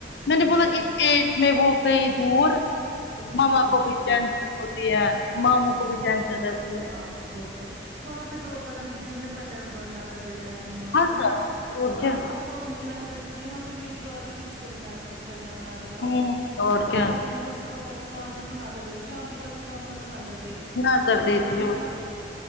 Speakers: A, on the left; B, on the right.
A: میں نے
B: اور
A: بولا
B: کیا
A: اس ایج میں وہ گئی دور
B: ان کو مشکل
A: ماما
B: ہی
A: کو
B: ہو
A: بھی
B: گئے
A: ٹینشن
B: لیکن
A: ہوتی رہتی ہے ماموں کو بھی ٹینشن ره
B: آ اور کیا وہاں پہ دو قدم سے دن میں پچاس بار نظر دیتے آپ نی ماں
A: ہر
B: کو
A: طرف
B: ہے نا
A: اور کیا
B: آپ لوگوں کی نظر بھی تھی یہاں پہ میری بات بھی تھی اس کو بھی نزدیک سجانا نظر مارتی
A: ہوں اور کیا
B: اگر مطلب صبح کر دے کام ختم نظر دیتی شام کو کر تی کام ختم نظر دیتی
A: نظر دیتی
B: لیکن
A: ہو
B: اب